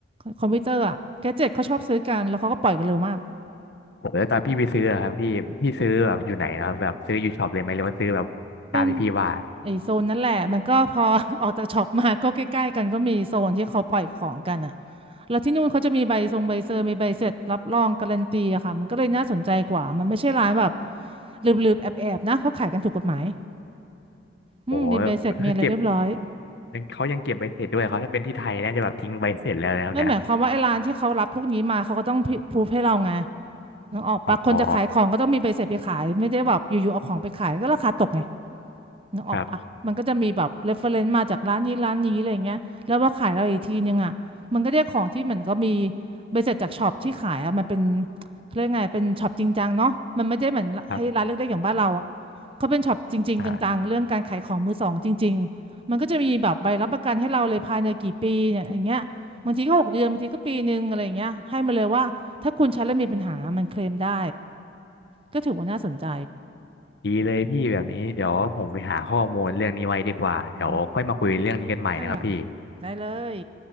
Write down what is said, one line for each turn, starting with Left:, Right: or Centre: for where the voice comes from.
Right: คอมพิวเตอร์อะแกดเจ็ตเขาชอบซื้อกันแล้วเขาก็ปล่อยกันเร็วมาก
Left: ผมแล้วตอนพี่ไปซื้ออะครับพี่พี่ซื้อแบบอยู่ไหนนะครับแบบซื้ออยู่ช็อปเลยไหมหรือว่าซื้อแบบตามที่พี่ว่า
Right: มันไอโซนนั่นแหละมันก็พอ <laughs> ออกจากช็อปมาก็ใกล้ๆกันก็มีโซนที่เขาปล่อยของกันอ่ะแล้วที่นู่นเขาจะมีใบทรงใบเซอร์มีใบเสร็จรับรองการันตีอะค่ะมันก็เลยน่าสนใจกว่ามันไม่ใช่ร้านแบบลืบๆแอบๆนะเขาขายกันถูกกฎหมายอืมมีใบเสร็จมีอะไรเรียบร้อย
Left: โอ้โหคือเก็บยังเขายังเก็บใบเสร็จด้วยเขาถ้าเป็นที่ไทยน่าจะแบบทิ้งใบเสร็จแล้วนะครับเนี่ย
Right: ไม่หมายความว่าไอ้ร้านที่เขารับพวกนี้มาเขาก็ต้องพิพรูฟให้เราไงนึกออกปะคนจะขายของก็ต้องมีใบเสร็จไปขายไม่ได้แบบอยู่ๆเอาของไปขายก็ราคาตกไง
Left: อ๋อ
Right: นึกออกปะมันก็จะมีแบบ
Left: ครับ
Right: reference มาจากร้านนี้ร้านนี้อะไรเงี้ยแล้วพอขายเราอีกทีนึงอ่ะมันก็ได้ของที่เหมือนก็มีใบเสร็จจากช็อปที่ขายอ่ะมันเป็นเขาเรียกไงเป็นช็อปจริงจังเนาะมันไม่ได้เหมือนให้ร้านเล็กๆอย่างบ้านเราอ่ะ
Left: ครับ
Right: เขาเป็นช็อปจริงๆจังๆเรื่องการขายของมือสองจริงๆมันก็จะมีแบบใบรับประกันให้เราเลยภายในกี่ปีเนี่ยอย่างเงี้ยบางทีก็หกเดือนบางทีก็ปีนึงอะไรอย่างเงี้ยให้มาเลยว่าถ้าคุณใช้แล้วมีปัญหามันเคลมได้
Left: อ่า
Right: ก็ถือว่าน่าสนใจ
Left: ดีเลยพี่แบบนี้เดี๋ยวผมไปหาข้อมูลเรื่องนี้ไว้ดีกว่าเดี๋ยวค่อยมาคุยเรื่องนี้กันใหม่นะครับพี่
Right: เนาะค่ะได้เลย